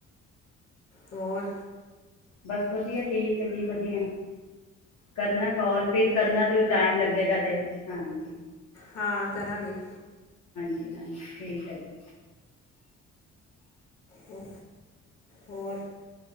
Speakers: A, on the left (about 55°); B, on the left (about 75°).
A: ਹੋਰ।
B: ਬਸ ਵਧੀਐ ਠੀਕ ਹੈ ਜੀ ਵਧੀਐ। ਕਰਨਾ ਕਾਲ ਫਿਰ ਕਰਨਾ ਤੁਸੀ ਟਾਈਮ ਲੱਗੇਗਾ ਤੇ, ਹਾਂਜੀ।
A: ਹਾਂ, ਕਰਾਂਗੇ।
B: ਜੀ ਹਾਂਜੀ, ਠੀਕ ਹੈ ਜੀ।
A: ਹੋ ਹੋਰ।